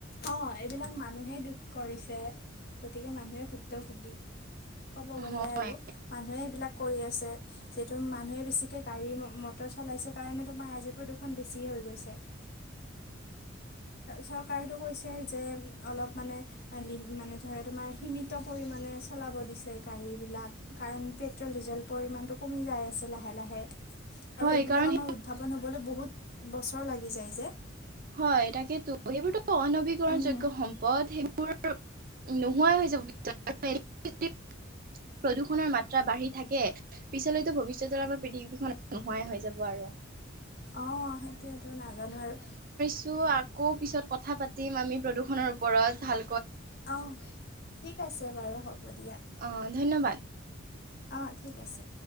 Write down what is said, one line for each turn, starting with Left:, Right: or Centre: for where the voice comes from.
Left: অ এইবিলাক মানুহে দুখ কৰিছে গতিকে মানুহে ভুক্তভোগী ক'ব গ'লে
Right: হয়
Left: আৰু মানুহে এইবিলাক কৰি আছে যিহেতু মানুহে বেছিকে গাড়ী মটৰ চলাইছে সেইকাৰণে তোমাৰ আজি প্ৰদূষণ বেছি হৈ গৈছে চৰকাৰটো কৈছে যে অলপ মানে মানে ধ তোমাৰ সিমিত পৰিমাণ চলাব দিছে গাড়ীবিলাক কাৰণ পেট্ৰল ডিজেল পৰিমাণটো কমি যায় আছে। লাহে লাহে আৰু
Right: হয়
Left: এইবিলাক
Right: কাৰণ
Left: উদ্ভাৱন হবলে বহুত বছৰ লাগি যায় যে।
Right: হয় তাকেতো সেইবোৰতো অনবীকৰণ
Left: উম
Right: যোগ্য সম্পদ সেইবোৰ নোহোৱাই হৈ যাব প্ৰদূষণৰ মাত্ৰা বাঢ়ি থাকে। পিছলৈতো ভৱিষ্যতৰ আমাৰ পৃথিৱীখন নোহোৱাই হৈ যাব আৰু
Left: অ সেইটোয়েটো নাজানো আৰু
Right: ছো আকৌ পিছত কথা পাতিম আমি প্ৰদূষণৰ ওপৰত ভাল
Left: অ ঠিক আছে বাৰু হ'ব দিয়া।
Right: অ ধন্যবাদ।
Left: অ ঠিক আছে।